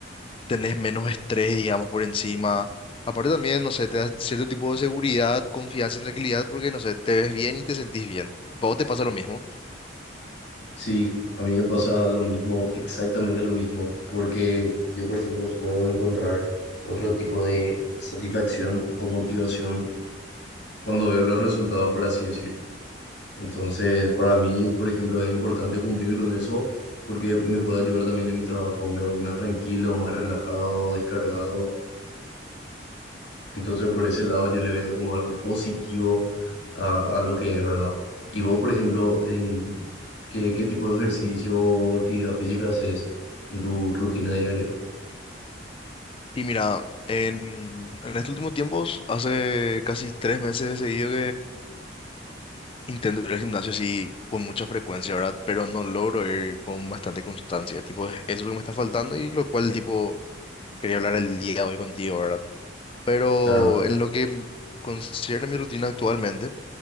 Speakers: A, on the left; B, on the left.
A: tenés menos estrés, digamos, por encima. Aparte también, no sé, te da cierto tipo de seguridad, confianza y tranquilidad porque, no sé, te ves bien y te sentís bien. ¿Para vos te pasa lo mismo?
B: Sí, a mí me pasa lo mismo, exactamente lo mismo, porque yo, por ejemplo, puedo encontrar otro tipo de satisfacción o motivación cuando veo los resultados, por así decir. Entonces, para mí, por ejemplo, es importante cumplir con eso porque me puede ayudar también en mi trabajo. Me voy más tranquilo, más relajado, descargado Entonces, por ese lado yo le veo como algo positivo a, a lo que es, ¿verdad? Y vos, por ejemplo, en ¿qué, qué tipo de ejercicio o actividad física haces en tu rutina diaria?
A: Y mira, en, en estos últimos tiempos, hace casi tres meses he seguido Intento ir al gimnasio sí con mucha frecuencia, ¿verdad? Pero no logro ir con bastante constancia. Tipo, es- eso es lo que me está faltando y lo cual, tipo, quería hablar el día de hoy contigo, ¿verdad? Pero
B: Claro,
A: en lo que m- considero mi rutina actualmente,